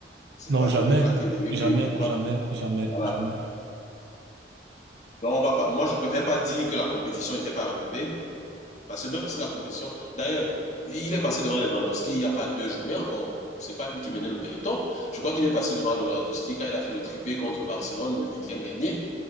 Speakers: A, on the left; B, on the right.
A: c'est
B: Non,
A: pas
B: jamais,
A: donné, claquer 28
B: jamais,
A: buts. Je crois.
B: jamais, jamais,
A: Voilà.
B: jamais.
A: Donc, on va pas, moi, je préfère pas dire que la compétition n'était pas relevée. Parce que même si la compétition. D'ailleurs, il est passé devant Lewandowski il n'y a pas deux journées encore. C'est pas lui qui menait le peloton. Je crois qu'il est passé devant Lewandowski quand il a fait le triplé contre Barcelone le week-end dernier,